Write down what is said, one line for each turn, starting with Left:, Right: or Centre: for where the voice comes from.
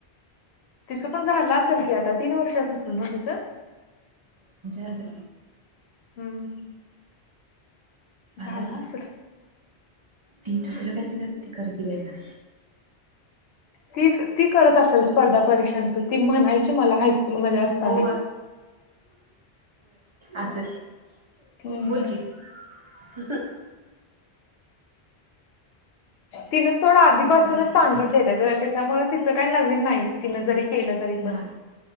Left: तिचं पण झालं असेल की आता तीन वर्ष अस होतो न तिचं
Right: झालं
Left: हम्म झालं
Right: असल
Left: असेल.
Right: ती दुसर काहीतरी कर करते बायना
Left: ती ती करत असेल स्पर्धा परीक्षांच ती म्हणायची मला हायस्कूलमध्ये असताना
Right: हो
Left: <inaudible>
Right: अस
Left: हम्म.
Right: बोल की ह
Left: तिन थोडं आधीपासूनच
Right: करत असेल
Left: सांगितलेलं ग त्याच्यामुळे तिचं काही नवीन नाही तिन जरी केलं तरी पण
Right: नाही